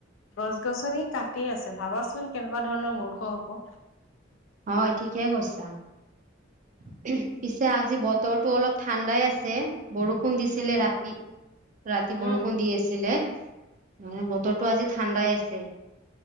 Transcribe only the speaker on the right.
হয়, ঠিকে কৈছা। <unintelligible> পিছে আজি বত তৰটো অলপ ঠাণ্ডাই আছে। বৰষুণ দিছিলে
ৰাতি, ৰাতি
বৰষুণ
দি আছিলে। মানে বতৰটো আজি ঠাণ্ডাই আছে।